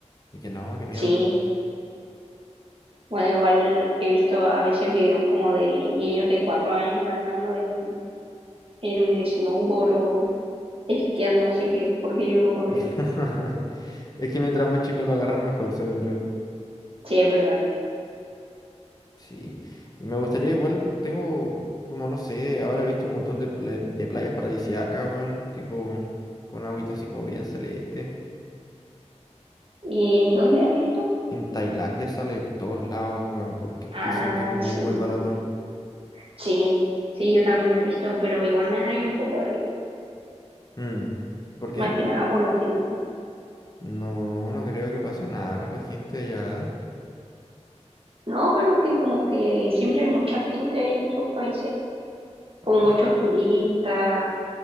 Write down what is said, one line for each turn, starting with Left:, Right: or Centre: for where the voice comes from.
Left: Y que no, qué miedo.
Right: Sí, Bueno, igual he visto a veces videos como de niños de cuatro años andando en, en snowboard o esquiando, así que porque yo no podría.
Left: <laughs> Es que mientras más chicos lo agarran, mejor, según yo.
Right: Sí, es verdad.
Left: Sí. Y me gustaría, igual, tengo, como no sé, ahora he visto un montón de, pla- de playas paradisíacas, weón. Tipo, con agüita así como bien celeste.
Right: ¿Y en dónde has visto?
Left: En Tailandia sale de todos lados, weón, porque
Right: Ah,
Left: dicen que es muy,
Right: sí,
Left: muy barato.
Right: sí, sí, yo también he visto, pero igual me da ahí un poco de miedo,
Left: Mm. ¿Por qué?
Right: más que nada por la gente.
Left: No, no creo que pase nada con la gente allá.
Right: No, pero es que como que siempre hay mucha gente en esos países, como
Left: Pues,
Right: muchos turistas